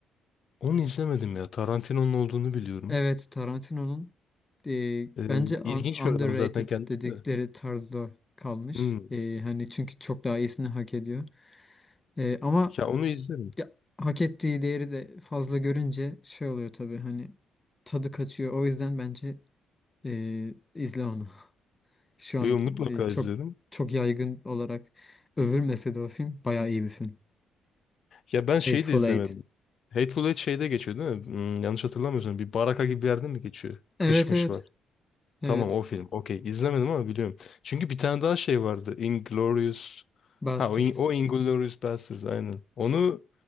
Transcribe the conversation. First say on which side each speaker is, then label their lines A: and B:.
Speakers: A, on the left; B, on the left.
A: Onu izlemedim ya. Tarantino'nun olduğunu biliyorum.
B: Evet, Tarantino'nun e,
A: Ee,
B: bence un-
A: ilginç
B: underrated
A: bir adam zaten kendisi
B: dedikleri
A: de.
B: tarzda kalmış.
A: Hmm.
B: E, hani çünkü çok daha iyisini hak ediyor. E, ama
A: Ya onu izlerim.
B: ya, hak ettiği değeri de fazla görünce şey oluyor tabii hani tadı kaçıyor. O yüzden bence e, izle onu. <laughs> Şu an
A: Yo, mutlaka
B: çok
A: izlerim.
B: çok yaygın olarak övülmese de o film bayağı iyi bir film.
A: Ya ben şeyi
B: Hateful
A: de izlemedim.
B: Eight.
A: Hateful Eight şeyde geçiyor değil mi? Hmm, yanlış hatırlamıyorsam bir baraka gibi bir yerde mi geçiyor?
B: Evet
A: Kışmış
B: evet
A: var.
B: evet.
A: Tamam o film. Okey. İzlemedim ama biliyorum. Çünkü bir tane daha şey vardı. Inglourious.
B: Bastards.
A: Ha o, In- o Inglourious Basterds aynen. Onu